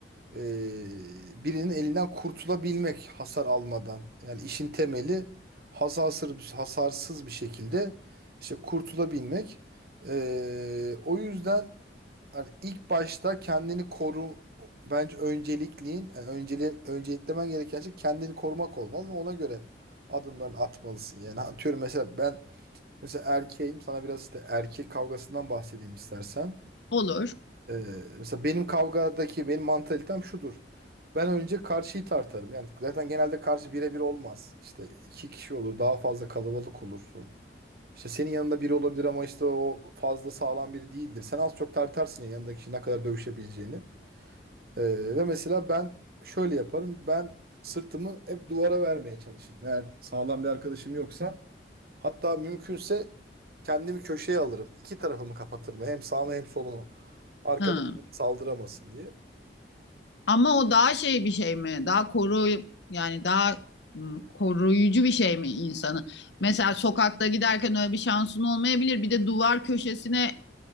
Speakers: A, on the right; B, on the left.
A: Ee, birinin elinden kurtulabilmek hasar almadan. Yani işin temeli hasarsız, hasarsız bir şekilde işte kurtulabilmek. Ee, o yüzden hani ilk başta kendini koru bence öncelikliğin yani önceli, önceliklemen gereken şey kendini korumak olmalı ve ona göre adımlarını atmalısın. Yani atıyorum mesela ben mesela erkeğim sana biraz işte erkek kavgasından bahsedeyim istersen.
B: Olur.
A: Ee, mesela benim kavgadaki benim mantalitem şudur. Ben önce karşıyı tartarım. Yani zaten genelde karşı birebir olmaz. İşte iki kişi olur, daha fazla kalabalık olursun. İşte senin yanında biri olabilir ama işte o fazla sağlam biri değildir. Sen az çok tartarsın ya yanındaki kişi ne kadar dövüşebileceğini. Ee, ve mesela ben şöyle yaparım. Ben sırtımı hep duvara vermeye çalışırım. Eğer sağlam bir arkadaşım yoksa Hatta mümkünse kendimi köşeye alırım. İki tarafımı kapatırım. Hem sağımı hem solumu. Arkadan
B: Hı.
A: saldıramasın diye.
B: Ama o daha şey bir şey mi? Daha koru yani daha m, koruyucu bir şey mi insanı? Mesela sokakta giderken öyle bir şansın olmayabilir. Bir de duvar köşesine